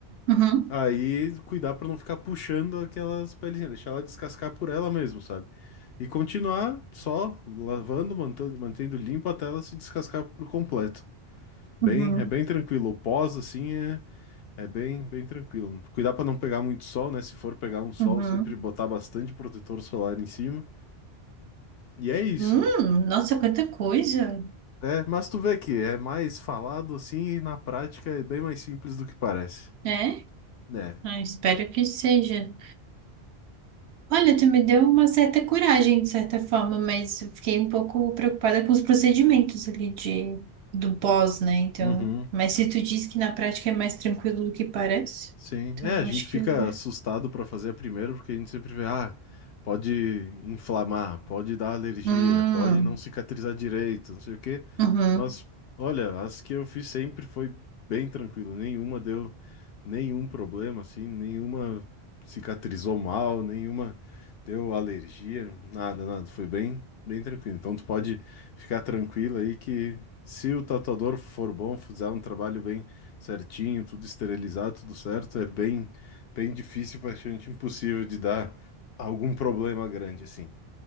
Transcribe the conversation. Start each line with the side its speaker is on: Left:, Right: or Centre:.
Right: uhum,
Left: aí cuidar para não ficar puxando aquelas pelezinhas, deixar ela descascar por ela mesmo, sabe? E continuar só lavando, mantendo, mantendo limpo até ela se descascar por completo. Bem,
Right: uhum,
Left: é bem tranquilo. O pós, assim, é é bem, bem tranquilo. Cuidar para não pegar muito sol, né? Se for pegar um sol,
Right: uhum.
Left: sempre botar bastante protetor solar em cima. E é isso.
Right: Hum, nossa, quanta coisa,
Left: É, mas tu vê que é mais falado assim e na prática é bem mais simples do que parece.
Right: né?
Left: Né?
Right: Ah, espero que seja. Olha, tu me deu uma certa coragem, de certa forma, mas eu fiquei um pouco preocupada com os procedimentos ali de, do pós, né? Então,
Left: Uhum.
Right: mas se tu diz que na prática é mais tranquilo do que parece,
Left: Sim,
Right: então
Left: é, a
Right: eu
Left: gente
Right: acho
Left: fica
Right: que. eu-
Left: assustado para fazer a primeira, porque a gente sempre vê, ah, pode inflamar, pode dar alergia,
Right: Hum,
Left: pode não cicatrizar direito, não sei o quê.
Right: uhum.
Left: Mas, olha, as que eu fiz sempre foi bem tranquilo, nenhuma deu nenhum problema, assim, nenhuma cicatrizou mal, nenhuma deu alergia, nada, nada, foi bem, bem tranquilo. Então tu pode ficar tranquilo aí que se o tatuador for bom, fizer um trabalho bem certinho, tudo esterilizado, tudo certo, é bem, bem difícil, praticamente impossível de dar algum problema grande assim.